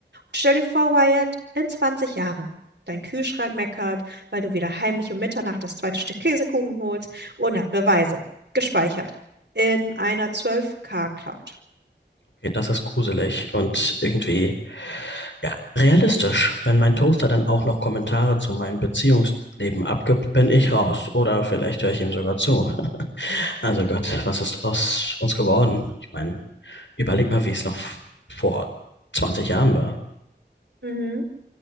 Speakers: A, on the right (about 65°); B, on the left (about 75°).
A: Stell dir vor, Wyatt, in 20 Jahren. Dein Kühlschrank meckert, weil du wieder heimlich um Mitternacht das zweite Stück Käsekuchen holst und hat Beweise. Gespeichert. In einer 12K-Cloud.
B: okay, das ist gruselig und irgendwie, ja, realistisch. Wenn mein Toaster dann auch noch Kommentare zu meinem Beziehungsleben abgibt, bin ich raus. Oder vielleicht höre ich ihm sogar zu. Also Gott, was ist aus uns geworden? Ich meine, überleg mal, wie es noch vor 20 Jahren war.
A: Mhm.